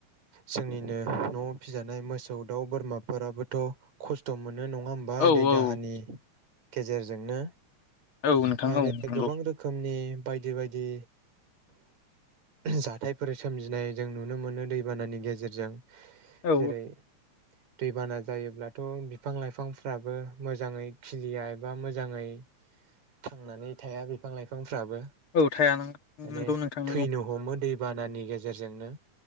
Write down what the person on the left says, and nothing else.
औ
औ
औ नोंथां
औ नंगौ
औ
औ थाया
नंगौ नोंथां नंगौ